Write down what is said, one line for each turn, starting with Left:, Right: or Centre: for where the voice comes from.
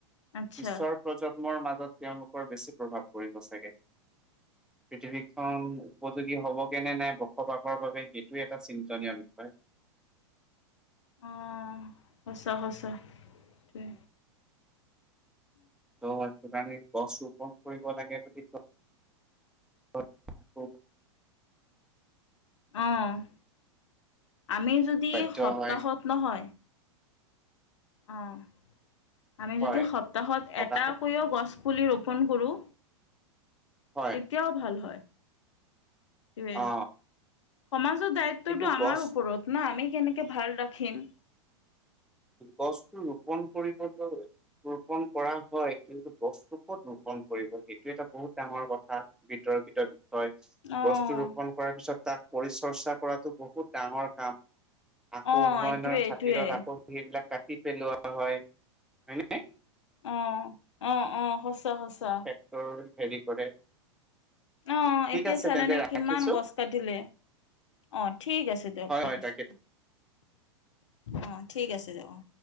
Left: আচ্ছা
Centre: পিছৰ প্ৰজন্মৰ মাজত- তেওঁলোকৰ বেছি প্ৰভাৱ পৰিব চাগে। পৃথিৱীখন উপযোগী হ'বগে নে নাই বসবাসৰ বাবে, সেইটো এটা চিন্তনীয় বিষয়।
Left: অঁ' সঁচা সঁচা সেইতোৱে।
Centre: ত'সেইটোকাৰণে গছ ৰোপণ কৰিব লাগে বুলি কয় আকৌ।
Left: অঁ' আমি যদি
Centre: বাধ্য
Left: সপ্তাহত
Centre: হয়
Left: নহয়- অহ, আমি
Centre: হয়
Left: যদি সপ্তাহত
Centre: সকাহত
Left: এটা কৰিও গছ- পুলি ৰোপণ কৰোঁ,
Centre: হয়
Left: তেতিয়াও ভাল হয়। টোৱে।
Centre: অ
Left: সমাজত দায়িত্বটো
Centre: কিন্তু
Left: আমাৰ
Centre: গছ
Left: ওপৰত ন', আমি কেনেকে ভাল ৰাখিম।
Centre: গছটো ৰোপণ কৰিবলৈ- ৰোপণ কৰা হয়। কিন্তু গছটো ক'ত ৰোপন কৰিব, সেইটো এটা বহুত ডাঙৰ কথা। বিতৰ্কিত বিষয়,
Left: অঁ
Centre: গছটো ৰোপণ কৰাৰ পিছত তাক পৰিচৰ্চা কৰাটো বহুত ডাঙৰ কাম। আকৌ
Left: অঁ
Centre: উন্নয়নৰ
Left: এইটোৱে
Centre: খাতিৰত
Left: এইটোৱে
Centre: আকৌ সেইবিলাক কাটি পেলোৱা হয়। হয়নে?
Left: অ', অ', অ', সঁচা সঁচা।
Centre: ত', হেৰি কৰে
Left: অ',
Centre: ঠিক
Left: এতিয়া
Centre: আছে
Left: চালেনে
Centre: তেন্তে ৰাখিছো
Left: কিমান গছ কাটিলে। অহ, ঠিক আছে দিয়ক,
Centre: হয়
Left: ঠিক
Centre: হয়
Left: আছে,
Centre: তাকে
Left: অহ, অহ, ঠিক আছে দিয়ক, অহ।